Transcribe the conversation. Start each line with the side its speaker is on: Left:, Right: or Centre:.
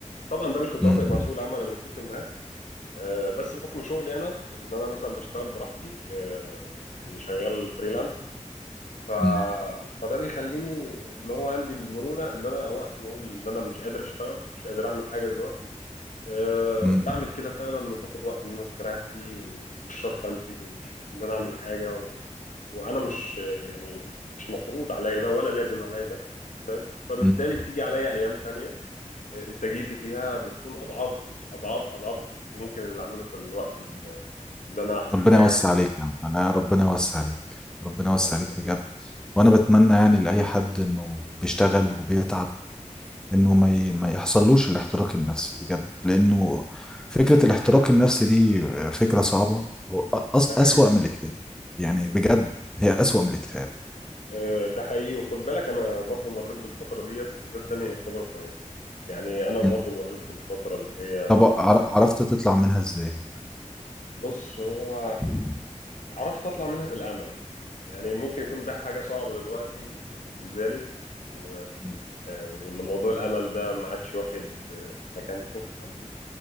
Left: طبعا ده مش متوافق
Centre: مم.
Left: مع سوق العمل انا متفق معاك آه، بس بحكم شغلي انا ان انا مثلا بشتغل براحتي آه، يعني شغال فريلانس ف...
Centre: مم.
Left: فده بيخليني اللي هو عندي المرونه ان انا وقت ما اقول ان انا مش قادر اشتغل مش قادر اعمل حاجه دلوقتي أه
Centre: مم.
Left: بعمل كده فعلا وباخد وقت ان انا استريح فيه ومش شرط انتج ومش شرط ان انا اعمل حاجه و... وانا مش يعني مش مفروض عليا ده ولا لازم عليا ده فبالتالي
Centre: مم.
Left: بتيجي عليا ايام تانية آه، انتاجيتي فيها بتكون اضعاف اضعاف اضعاف كنت ممكن اللي اعمله في الوقت اللي اللي انا استريحته
Centre: ربنا يوسع عليك
Left: ده
Centre: يا عم انا ربنا يوسع عليك ربنا يوسع
Left: يعني
Centre: عليك بجد وانا بتمنى يعني لاي حد انه بيشتغل وبيتعب انه ما ي- ما يحصلوش الاحتراق النفسي بجد لانه فكرة الاحتراق النفسي دي فكرة صعبة وأس-
Left: ده حقيقي
Centre: أسوأ من الاكتئاب يعني بجد هي أسوأ من الاكتئاب
Left: آه، ده حقيقي وخد بالك انا برضو مريت بالفتره ديت وده اداني خبره كويسه يعني انا برضو
Centre: مم.
Left: مريت بالفتره اللي هي
Centre: طب عر- عرفت تطلع منها ازاي
Left: بص هو
Centre: مم.
Left: عرفت اطلع منها بالامل يعني ممكن يكون ده حاجه صعبه دلوقتي بالنسبه لي و...
Centre: مم.
Left: آه، وان موضوع الامل ده ما عادش واخد آه، مكانته عندي